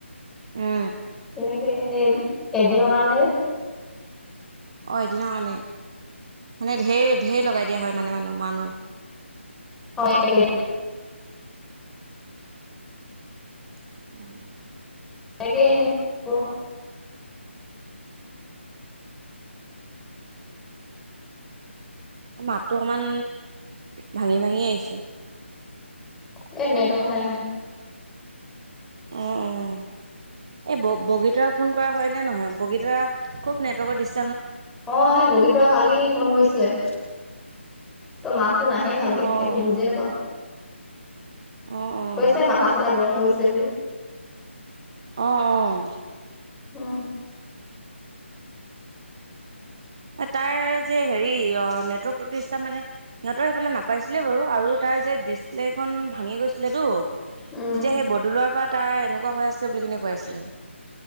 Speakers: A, on the right (about 25°); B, in the centre.
A: উম
B: তেনেকে সেই এদিনৰ কাৰণেহে যে
A: অহ এদিন কাৰণে মানে ঢেৰ ঢেৰ লগাই দিয়া হয় মানে মানে মানুহ
B: হয় একে দিনা
A: <unintelligible>
B: তানেকে নো ক
A: মাতটো অকণমান ভাঙি ভাঙি আহিছে
B: এ নেটৱৰ্ক নাই মানে
A: উম উম এই ব বগীতাৰ ফোন কৰা হয় নে নহয় বগীতাৰ খুব নেটৱৰ্কৰ দিছ
B: অহ সেই বগীতৰা কালি ফোন কৰিছিলে তই মাত তো নাহেই ভালকে
A: অ',
B: একো বুজিয়ে নাপাওঁ
A: অ', অ'।
B: কৈছে মাথা চাথা গৰম হৈ গৈছে বুলি
A: অহ অহ
B: উম
A: তাৰ যে হেৰি অ নেটৱৰ্ক প্ৰতিষ্ঠা মানে সিহঁতৰ সেইফালে নাপাইছিলে বাৰু আৰু তা ত যে ডিচপ্লেখন ভাঙি গৈছিলেতো। তেতিয়া
B: উম।
A: সেই বদলোৱাৰ পৰা তাৰ এনেকুৱা হৈ আছে বুলি কিনে কৈ আছিলে।